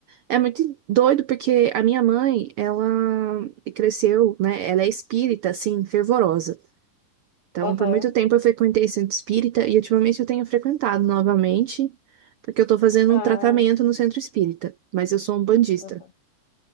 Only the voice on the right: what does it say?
é muito doido porque a minha mãe, ela cresceu, né? Ela é espírita, assim, fervorosa. Então,
por muito tempo eu frequentei centro espírita e ultimamente eu tenho frequentado novamente, porque eu tô fazendo
um tratamento no centro espírita, mas eu sou um bandista.